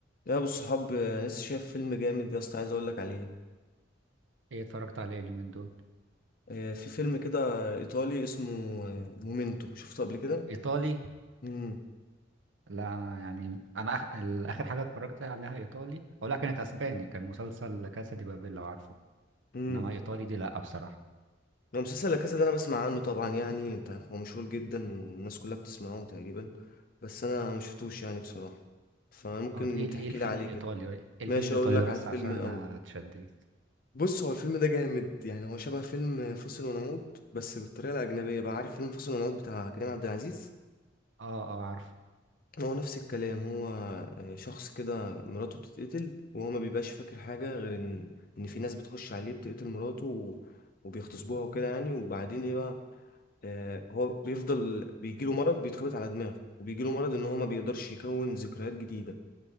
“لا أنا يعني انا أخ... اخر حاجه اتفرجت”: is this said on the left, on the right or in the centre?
Right